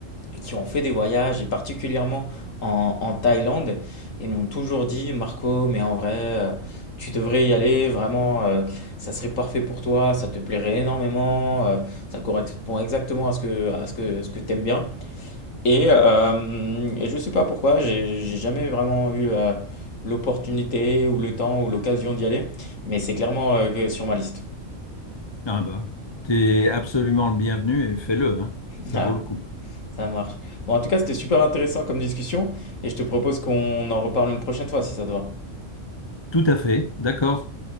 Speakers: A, on the left; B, on the left.
A: qui ont fait des voyages, et particulièrement en, en Thaïlande, et m'ont toujours dit, Marco, mais en vrai, euh, tu devrais y aller, vraiment, euh, ça serait parfait pour toi, ça te plairait énormément, euh, ça correspond exactement à ce que, à ce que, ce que t'aimes bien. Et, euh, et je sais pas pourquoi, j'ai j'ai jamais vraiment eu euh, l'opportunité ou le temps ou l'occasion d'y aller, mais c'est clairement euh, sur ma liste.
B: Ah bah, t'es absolument le bienvenu et fais-le, hein. Ça
A: <laughs> Ah,
B: vaut le coup.
A: ça marche. Bon, en tout cas, c'était super intéressant comme discussion, et je te propose qu'on en reparle une prochaine fois, si ça te va.
B: Tout à fait, d'accord.